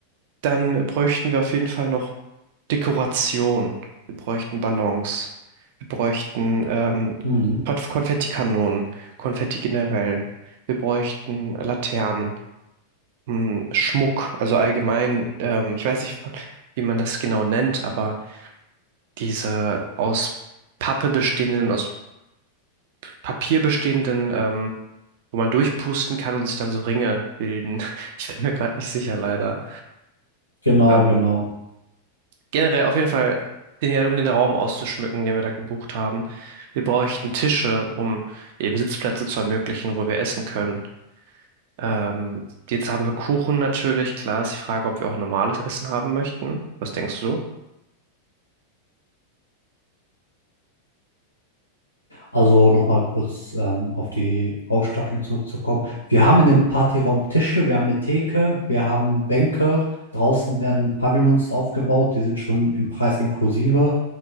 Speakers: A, on the right; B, on the left.
A: Dann bräuchten wir auf jeden Fall noch Dekoration. Wir bräuchten Ballons. Wir bräuchten ähm,
B: Mhm.
A: Konf Konfettikanonen, Konfetti generell. Wir bräuchten Laternen, hm, Schmuck, also allgemein. Ähm, ich weiß nicht, wie man das genau nennt, aber diese aus Pappe bestehenden, aus Papier bestehenden, ähm, wo man durchpusten kann und sich dann so Ringe bilden. <laughs> Ich bin mir gerade nicht sicher, leider.
B: Genau,
A: Ähm,
B: genau.
A: generell auf jeden Fall, den, ja, um den Raum auszuschmücken, den wir da gebucht haben. Wir bräuchten Tische, um eben Sitzplätze zu ermöglichen, wo wir essen können. Ähm, jetzt haben wir Kuchen natürlich. Klar ist die Frage, ob wir auch normales Essen haben möchten. Was denkst du?
B: Also nochmal kurz ähm, auf die Ausstattung zurückzukommen. Wir haben in dem Partyraum Tische, wir haben eine Theke, wir haben Bänke. Draußen werden Pavillons aufgebaut, die sind schon im Preis inklusive.